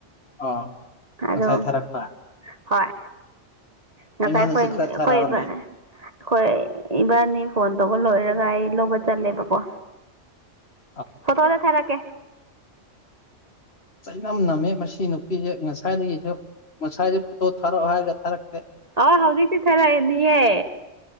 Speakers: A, on the left (about 55°); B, on the right (about 30°).
A: ꯑꯥ
B: <unintelligible>
A: ꯉꯁꯥꯏ ꯊꯥꯔꯛꯄ
B: ꯍꯣꯏ ꯉꯁꯥꯏ
A: ꯑꯩꯉꯣꯟꯗꯁꯨ
B: ꯑꯩꯈꯣꯏꯕꯅꯦ
A: ꯈꯔ ꯊꯥꯔꯛꯑꯣꯅꯦ
B: ꯍꯈꯣꯏ ꯏꯕꯥꯅꯤ ꯐꯣꯟ ꯇꯧꯕ ꯂꯣꯏꯔꯒ ꯑꯩ ꯂꯧꯕ ꯆꯠꯂꯦꯕꯀꯣ
A: <inaudible>
B: ꯐꯣꯇꯣꯗ ꯊꯔꯛꯀꯦ
A: ꯆꯩꯉꯝ ꯅꯝꯃꯤ ꯃꯁꯤ ꯅꯨꯄꯤꯁꯦ ꯉꯁꯥꯏꯗꯒꯤꯁꯨ ꯉꯁꯥꯏꯗ ꯐꯣꯇꯣ ꯊꯥꯔꯛꯑꯣ ꯍꯥꯏꯔꯒ ꯊꯥꯔꯛꯇꯦ
B: ꯑ ꯍꯧꯖꯤꯛꯇꯤ ꯊꯥꯔꯛꯑꯦꯅꯤꯍꯦ